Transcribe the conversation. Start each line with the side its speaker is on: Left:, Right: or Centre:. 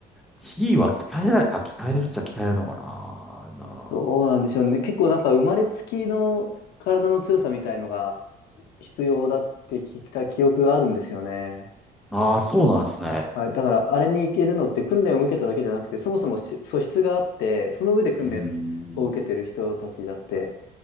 Centre: 地位は鍛えなれ…あ、鍛えれるっちゃ鍛えれるのかな。な
Left: どうなんでしょうね。結構なんか生まれつきの体の強さみたいのが必要だって聞いた記憶があるんですよね。
Centre: ああ、そうなんですね。
Left: はい。だからあれに行けるのって訓練を受けただけじゃなくて、そもそもし素質があって、その上で訓練を受けてる人たちだって。
Centre: うーん、